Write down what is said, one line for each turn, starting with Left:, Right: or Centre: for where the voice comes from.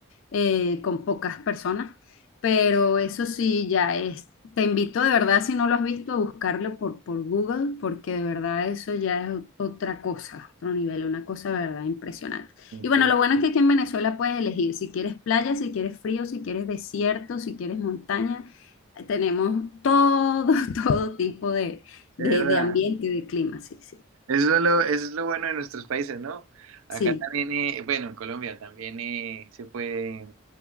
Left: eh, con pocas personas, pero eso sí, ya es, te invito de verdad, si no lo has visto, a buscarlo por, por Google, porque de verdad eso ya es o- otra cosa, otro nivel, una cosa de verdad impresionante. Y bueno,
Right: Sí,
Left: lo bueno es que aquí en Venezuela puedes elegir si quieres playa, si quieres frío, si quieres desierto, si quieres montaña. Tenemos todo, <laughs> todo tipo de,
Right: de
Left: de,
Right: ¿Verdad?
Left: de ambiente y de clima, sí, sí.
Right: Eso es lo, eso es lo bueno de nuestros países, ¿no? Acá
Left: Sí,
Right: también, eh, bueno, en Colombia también eh, se puede,